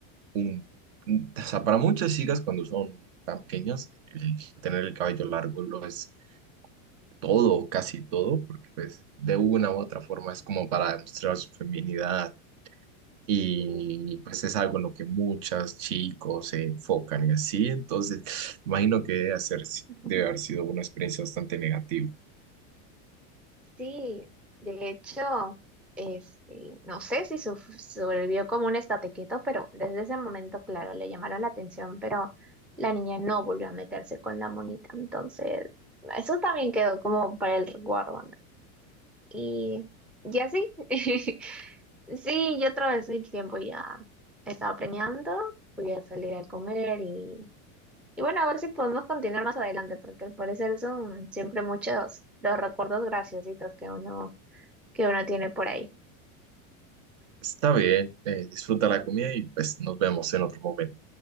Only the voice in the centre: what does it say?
Sí,
<laughs>
Sí, de hecho, este, no sé si su- sobrevivió como un estate quieto, pero desde ese momento, claro, le llamaron la atención, pero la niña no volvió a meterse con la monita, entonces eso también quedó como para el recuerdo ¿no? Y, y así, <laughs> Sí, yo atravesé el tiempo ya. Estaba planeando, voy a salir a comer y, y bueno, a ver si podemos continuar más adelante, porque al parecer son siempre muchos los recuerdos graciositos que uno, que uno tiene por ahí.